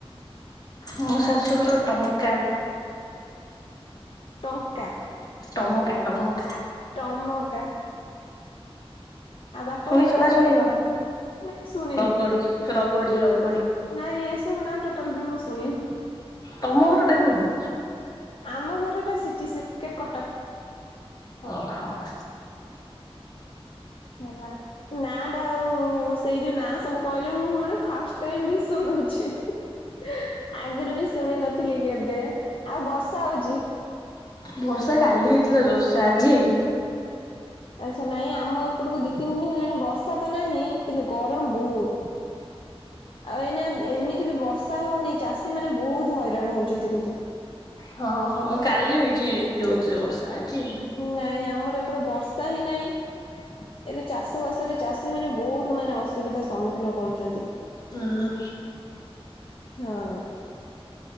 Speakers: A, on the left; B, on the left.
A: ମୋ ଶାଶୁଘର ଟଙ୍କା।
B: ଟଙ୍କା।
A: ଟମକା ଟମ
B: ଟମକା। ଆଉ ବାପ
A: ଶୁଣିଛ
B: ଘର ଟା?
A: ନାଁ ଶୁଣିନ
B: ନାଇଁ ଶୁଣିନି
A: ରଗଡି ରଗଡି ରଗ
B: ନାଇଁ ଏସବୁ ନାଁ ଟୋଟାଲି ବି ମୁଁ ଶୁଣିନି।
A: ତମ ଘରଟା କୋଉଠି?
B: ଆମ ଘର ଟା ସିଟି ସି କଟକ।
A: ଓ ହଁ <inaudible>
B: ହେଲା ନାଟା ଆଉ ସେଇ ଯୋଉ ନାଁ ସବୁ କହିଲେ ମୁଁ ଫାଷ୍ଟ ଟାଇମ୍ ବି ଶୁଣୁଛି <inaudible> ଆଗରୁ ବି ଶୁଣି ନଥିଲି କେବେ ଆଉ ବର୍ଷା ହଉଛି।
A: ବର୍ଷା କାଲି ହେଇଥିଲା ଜୋରସେ ଆଜି ହେଇନି।
B: ଆଛା ନାଇଁ ଆମ ଏପଟକୁ ଦି ତିନି ଦିନ ହେଲାଣି ବର୍ଷା ତ ନାହିଁ କିନ୍ତୁ ଗରମ ବହୁତ। <inaudible> ଆଉ ଏଇନା ଏମିତି ବି ବର୍ଷା ହଉନି ଚାଷୀ ମାନେ ବହୁତ ହଇରାଣ ହଉଛନ୍ତି କିନ୍ତୁ
A: ହଁ ହଁ କାଲିବି ହେଇଛି ଯୋରସେ ବର୍ଷା ଆଜି ହେଇନି।
B: ନାଇଁ ଆମର ଏପଟେ ବର୍ଷା ହିଁ ନାହିଁ ଏବେ ଚାଷ ବାସରେ ଚାଷୀ ମାନେ ବହୁତ ମାନେ ଅସୁବିଧା ସମ୍ମୁଖୀନ କରୁଛନ୍ତି।
A: ହୁଁ।
B: ହଁ